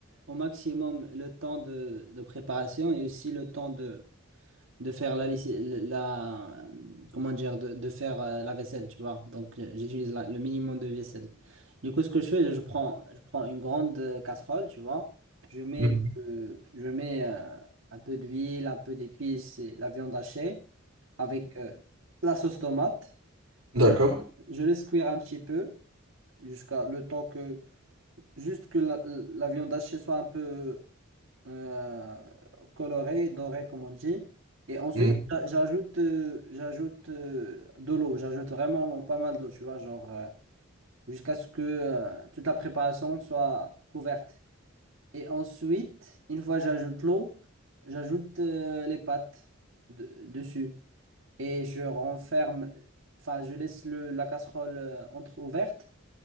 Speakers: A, on the right; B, on the right.
A: au maximum le temps de, de préparation et aussi le temps de, de faire la, laiss- la comment dire de, de faire euh, la vaisselle tu vois donc euh, j'utilise la- le minimum de vaisselle du coup ce que je fais je prends je prends une grande euh, casserole tu vois je mets
B: Mhm.
A: de- je mets euh, un peu d'huile un peu d'épices et la viande hachée avec euh, la sauce tomate je,
B: D'accord.
A: je le cuire un petit peu jusqu'à le temps que Juste que la, la viande hachée soit un peu euh, colorée, dorée, comme on dit. Et ensuite,
B: Mhm.
A: j'a- j'ajoute euh, j'ajoute euh, de l'eau. J'ajoute vraiment pas mal d'eau, tu vois, genre euh, jusqu'à ce que euh, toute la préparation soit couverte. Et ensuite, une fois j'ajoute l'eau, j'ajoute euh, les pâtes de- dessus. Et je renferme, enfin, je laisse le, la casserole euh, entre-ouverte